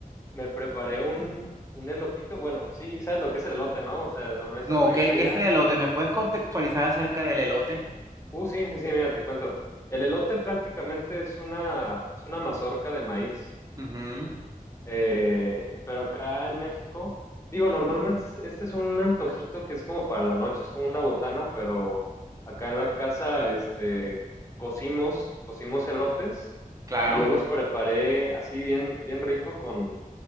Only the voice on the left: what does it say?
me preparé un, un elotito, bueno, sí, sabes lo que es el elote, ¿no? O sea, donde le dicen
maíz
allá.
Uh, sí, sí, sí, mira, te cuento. El elote prácticamente es una, es una mazorca de maíz.
Eh, pero acá en México, digo, normalmente es- este es un antojito que es como para la noche, es como una botana, pero acá en la casa, este, cocimos, cocimos elotes
y yo los preparé así bien, bien rico con,